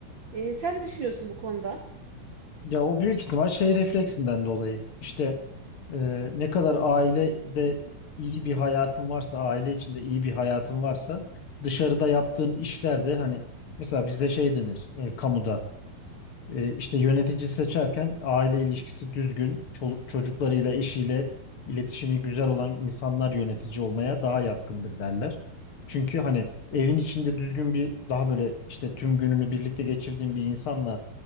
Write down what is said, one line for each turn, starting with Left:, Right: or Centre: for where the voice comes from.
Right: Ee, sen ne düşünüyorsun bu konuda?
Left: Ya o büyük ihtimal şey refleksinden dolayı. İşte e, ne kadar ailede iyi bir hayatın varsa, aile içinde iyi bir hayatın varsa dışarıda yaptığın işler de hani mesela bizde şey denir e, kamuda. E, işte yönetici seçerken aile ilişkisi düzgün, çoluk çocuklarıyla, eşiyle iletişimi güzel olan insanlar yönetici olmaya daha yatkındır derler. Çünkü hani evin içinde düzgün bir daha böyle işte tüm gününü birlikte geçirdiğin bir insanla